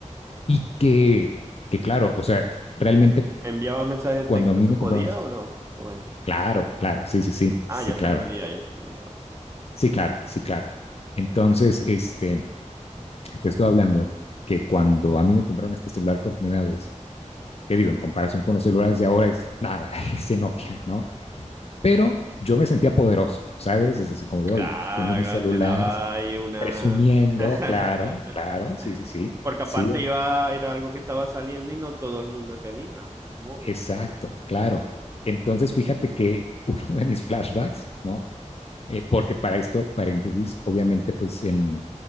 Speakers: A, on the left; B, on the right.
A: Y que, que claro, o sea, realmente
B: ¿Enviabas mensajes de
A: cuando
B: texto?
A: a mí
B: ¿Se
A: me
B: podía
A: compraron eso,
B: o no? Con ese.
A: claro, claro, sí, sí, sí,
B: Ah,
A: sí,
B: ya
A: claro,
B: se podía, ya se podía.
A: sí, claro, sí, claro. Entonces, este, te estoy hablando que cuando a mí me compraron este celular por primera vez, que digo, en comparación con los celulares de ahora es nada, <laughs> ese Nokia, ¿no? Pero yo me sentía poderoso, ¿sabes? Es así como de,
B: Claro,
A: oye, tengo mi
B: claro,
A: celular,
B: te daba ahí una...
A: presumiendo,
B: <laughs>
A: claro, claro, sí, sí, sí,
B: Porque aparte
A: sí,
B: iba, era algo que estaba saliendo y no todo el mundo tenía un móvil.
A: Exacto, claro. Entonces, fíjate que <laughs> uno de mis flashbacks, ¿no? Eh, porque para esto, paréntesis, obviamente, pues en,